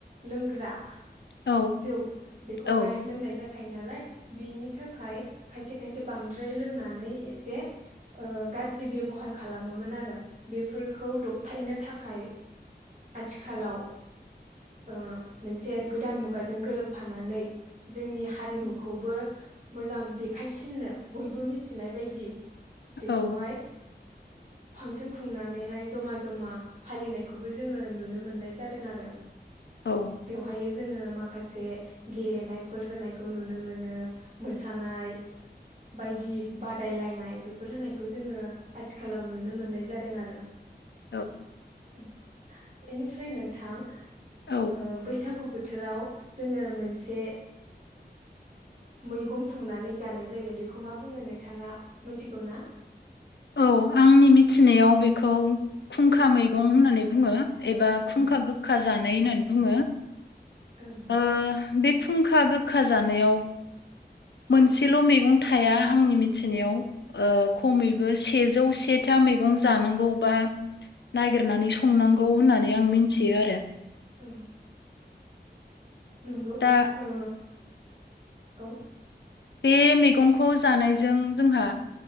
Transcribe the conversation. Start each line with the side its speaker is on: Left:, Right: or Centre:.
Right: लोंग्रा जौ
Left: औ
Right: बेखौहाय
Left: औ
Right: लोंनाय जा खायो नालाय बिनि थाखाय खायसे खायसे बांद्राय लोंनानै एसे ओ गाज्रि बेबहार खालामोमोन आरो बेफोरखौ दबथायनो था खाय आथिखालाव ओ मोनसे गोदान मुगाजों गोरोबफानानै जोंनि हारिमुखौबो मोजां देखायसिननो बयबो मिथिनाय बायदि बेखौहाय
Left: औ
Right: फांसन खुंनानैहाय जमा जमा फालिनायखौबो जोङो नुनो मोननाय जादों आरो ।
Left: औ
Right: बेवहाय जोङो माखासे गेलेनायफोर होनायखौ नुनो मोनो मोसानाय बायदि बादायलायनाय बेफोर होनायखौ जोङो आथिखालाव नुनो मोननाय जादों आरो
Left: औ
Right: <unintelligible> इनिफ्राय नोंथां
Left: औ
Right: ओ बैसागु बो थोराव जोङो मोनसे मैगं संनानै जानाय जायो बेखौ मा बुङो नोंथाङा मिथिगौ ना?
Left: औ आंनि मिथिनायाव बेखौ खुंखा मैगं होननानै बुङो। एबा
Right: ओं
Left: खुंखा गोखा जा नाय होनना बुङो।
Right: ओं।
Left: ओ बे खुंखा गोखा जानायाव मोनसेल' मैगं थाया आंनि मिथिनायाव। ओ खमैबो से सेजौ सेथा मैगं जानांगौ बा नागिरनानै संनांगौ होननानै आं मिथियो आरो।
Right: औ। नंगौ
Left: दा
Right: ओ औ।
Left: बे मैगंखौ जानायजों जोंहा